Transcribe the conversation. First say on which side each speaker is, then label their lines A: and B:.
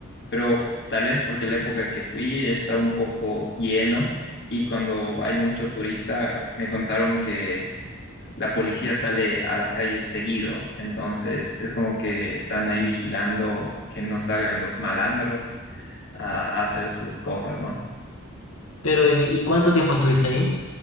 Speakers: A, on the left; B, on the left.
A: pero tal vez porque la época que fui estaba un poco lleno y cuando hay mucho turista me contaron que la policía sale a las calles seguido, entonces es como que están ahí vigilando que no salgan los malandros a, a hacer sus cosas, ¿no?
B: Pero ¿y, y cuánto tiempo estuviste ahí?